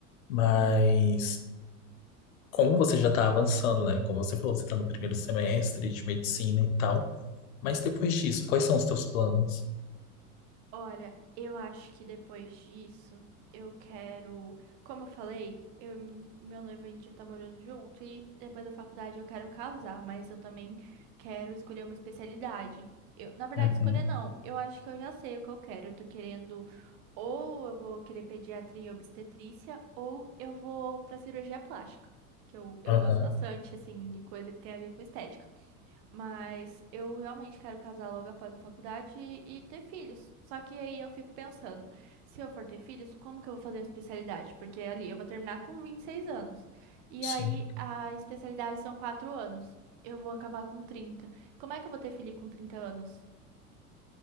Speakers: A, on the left; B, on the right.
A: Mas como você já tá avançando, né? Como você falou, você tá no primeiro semestre de medicina e tal. Mas depois disso, quais são os teus planos?
B: Olha, eu acho que depois disso, eu quero. Como eu falei, eu, e mi- meu noivo a gente já tá morando junto e depois da faculdade eu quero casar, mas eu também quero escolher uma especialidade. Eu, na verdade,
A: Uhum.
B: escolher não. Eu acho que eu já sei o que eu quero. Eu tô querendo. Ou eu vou querer pediatria e obstetrícia, ou eu vou pra cirurgia plástica, que eu, eu
A: Aham.
B: gosto bastante, assim, de coisa que tem a ver com estética. Mas eu realmente quero casar logo após a faculdade e, e ter filhos. Só que aí eu fico pensando, se eu for ter filhos, como que eu vou fazer uma especialidade? Porque ali eu vou terminar com 26 anos. E
A: Sim.
B: aí a especialidade são 4 anos. Eu vou acabar com 30. Como é que eu vou ter filho com 30 anos?